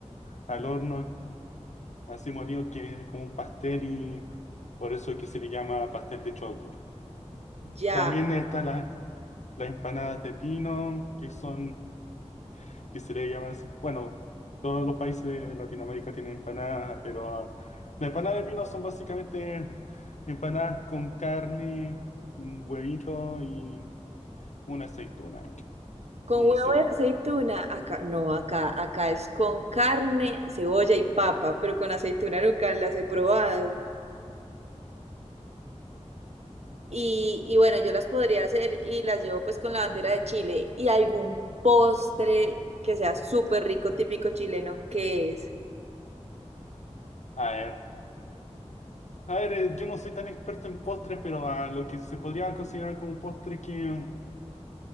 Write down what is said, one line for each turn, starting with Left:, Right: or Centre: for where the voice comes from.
Left: al horno, así molido que es como un pastel y por eso es que se le llama pastel de choclo.
Right: ya.
Left: También están las, las empanadas de pino, que son, que se le llaman así, bueno, todos los países de Latinoamérica tienen empanadas, pero ah, las empanadas de pino son básicamente empanadas con carne, un huevito y una aceituna.
Right: Con
Left: Y
Right: huevo
Left: cebolla.
Right: y aceituna, acá, no, acá, acá es con carne, cebolla y papa, pero con aceituna nunca las he probado. Y, y bueno, yo las podría hacer y las llevo pues con la bandera de Chile y algún postre que sea súper rico, típico chileno, que es
Left: A ver. A ver, eh, yo no soy tan experto en postres, pero a lo que se podría considerar como postre que,